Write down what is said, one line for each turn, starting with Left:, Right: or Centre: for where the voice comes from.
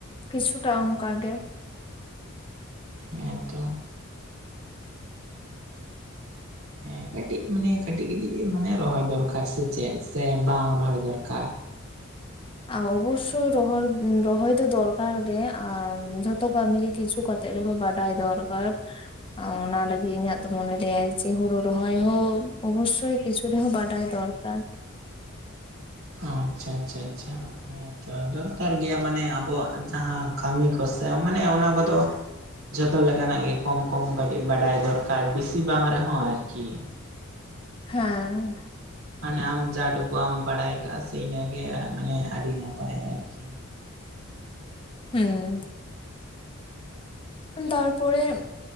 Left: ᱠᱤᱪᱷᱩᱴᱟ ᱚᱱᱠᱟ ᱜᱮ᱾
Right: ᱦᱮᱸ ᱛᱚ ᱦᱮᱸ ᱠᱟᱹᱴᱤᱡ ᱢᱟᱱᱮ ᱠᱟᱹᱴᱤᱡ ᱠᱟᱹᱴᱤᱡ ᱢᱟᱱᱮ ᱨᱚᱦᱚᱭ ᱫᱚᱨᱠᱟᱨ ᱥᱮ ᱪᱮᱫ, ᱥᱮ ᱵᱟᱝ ᱨᱚᱦᱚᱭ ᱫᱚᱨᱠᱟᱨ? <inaudible>
Left: ᱚᱵᱚᱥᱚᱭ ᱨᱚᱦᱚᱲ ᱨᱚᱦᱚᱭ ᱫᱚ ᱫᱚᱨᱠᱟᱨ ᱜᱮ ᱟᱨ ᱡᱚᱛᱚ ᱠᱟᱹᱢᱤ ᱜᱮ ᱠᱤᱪᱷᱩ ᱠᱟᱛ ᱛᱮᱜ ᱨᱮᱦᱚᱸ ᱵᱟᱰᱟᱭ ᱫᱚᱨᱠᱟᱨ ᱚᱱᱟ ᱞᱟᱹᱜᱤᱫ ᱤᱧᱟᱹᱜ ᱫᱚ ᱢᱚᱱᱮ ᱞᱟᱹᱭᱟ ᱡᱮ ᱦᱩᱲᱚ ᱨᱚᱦᱚᱭ ᱦᱚᱸ ᱚᱵᱚᱥᱳᱭ ᱠᱤᱪᱷᱩ ᱨᱮᱦᱚᱸ ᱵᱟᱰᱟᱭ ᱫᱚᱨᱠᱟᱨ
Right: ᱟᱸᱪᱪᱷᱟ ᱟᱪᱪᱷᱟ ᱟᱪᱪᱷᱟ ᱦᱮᱸᱛᱚ ᱫᱚᱨᱠᱟᱨ ᱜᱮᱭᱟ ᱢᱟᱱᱮ ᱟᱵᱚᱣᱟᱜ ᱡᱟᱦᱟᱸ ᱠᱟᱹᱢᱤ ᱠᱚᱥᱮᱜ ᱢᱟᱱᱮ ᱚᱱᱟ ᱠᱚᱫᱚ ᱡᱷᱚᱛᱚ ᱞᱮᱠᱟᱱᱟᱜ ᱜᱮ ᱠᱚᱢ ᱠᱚᱢ ᱠᱟᱹᱴᱤᱡ ᱵᱟᱰᱟᱭ ᱫᱚᱨᱠᱟᱨ ᱵᱤᱥᱤ ᱵᱟᱝ ᱨᱮᱦᱚᱸ ᱟᱨᱠᱤ
Left: ᱦᱮᱸ
Right: ᱢᱟᱱᱮ ᱟᱢ ᱡᱟᱴᱩᱠᱩᱢ ᱵᱟᱲᱟᱭ ᱠᱟᱜ-ᱟ ᱥᱮ ᱤᱱᱟᱹᱜᱮ ᱢᱟᱱᱮ ᱟᱹᱰᱤ ᱱᱟᱯᱟᱭᱟ ᱟᱨᱠᱤ
Left: ᱦᱮᱸ ᱛᱟᱨᱯᱚᱨᱮ